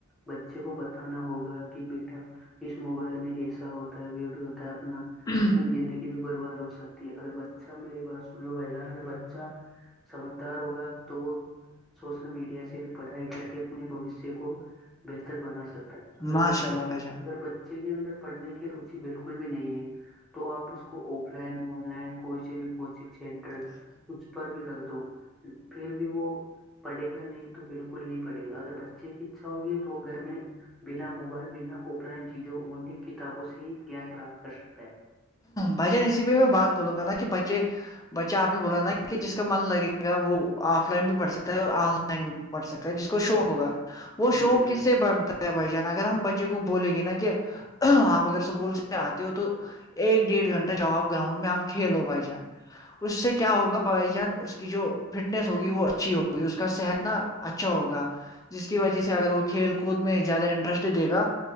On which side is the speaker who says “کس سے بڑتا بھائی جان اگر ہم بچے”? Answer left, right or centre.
Left